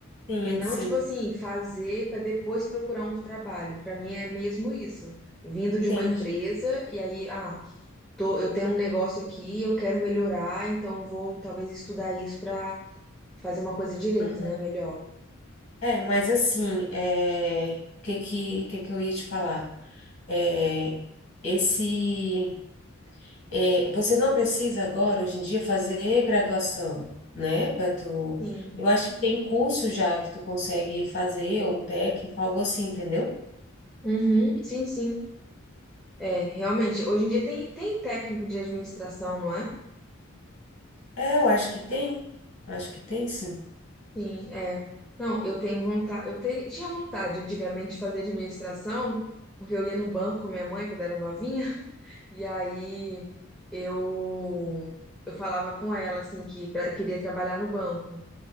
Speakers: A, on the left; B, in the centre.
A: Sim,
B: E não,
A: sim,
B: tipo assim, fazer pra depois procurar um trabalho. Pra mim é mesmo isso. Vindo de
A: entendi.
B: uma empresa, e aí, ah, tô, eu tenho um negócio aqui, eu quero melhorar, então vou talvez estudar isso para fazer uma coisa direito,
A: Aham.
B: né? Melhor.
A: É, mas assim, é... o que que, o que que eu ia te falar? É... Esse. É, você não precisa agora, hoje em dia, fazer graduação, né? Para tu...
B: Sim.
A: Eu acho que tem curso já que tu consegue fazer, ou um técnico, algo assim, entendeu?
B: Uhum, sim, sim. É, realmente, hoje em dia tem, tem técnico de administração, não é?
A: É, eu acho que tem. Acho que tem, sim.
B: Sim, é. Não, eu tenho vontade, eu teri- tinha vontade antigamente de fazer administração, porque eu ia no banco com minha mãe quando era novinha, <laughs> e aí eu eu falava com ela assim que pra- queria trabalhar no banco.